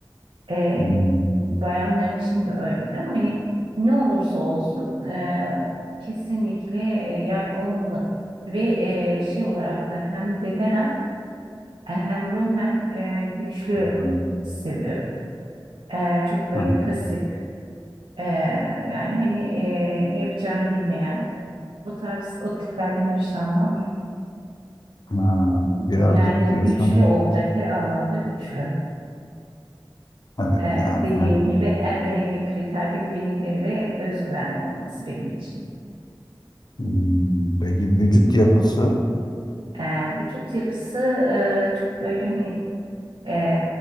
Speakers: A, on the right; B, on the left.
A: E,
B: Hmm,
A: bayanlar için de öyledir ama hani ne olursa olsun e, kesinlikle e, yani olmalı ve e, şey olarak da hem bedenen e, hem ruhen e, güçlü
B: hmm,
A: seviyorum. E, çok böyle
B: ha,
A: pasif e, yani hani e, ne yapacağını bilmeyen o tarz o tiplerden hoşlanmam.
B: ha, birazcık
A: Yani
B: diyorsun.
A: güçlü olacak her anlamda güçlü.
B: Evet
A: E,
B: yani.
A: dediğim
B: ha.
A: gibi en önemli kriterde güvenilir ve özgüvenli olması benim için.
B: Hmm, peki vücut yapısı?
A: E, vücut yapısı e, çok böyle hani e,